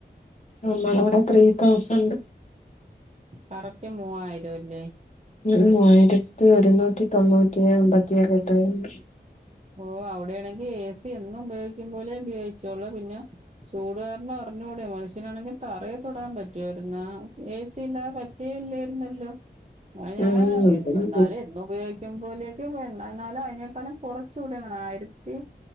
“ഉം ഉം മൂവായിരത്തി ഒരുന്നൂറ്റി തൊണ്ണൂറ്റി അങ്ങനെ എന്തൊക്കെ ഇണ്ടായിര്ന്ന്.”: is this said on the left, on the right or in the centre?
Left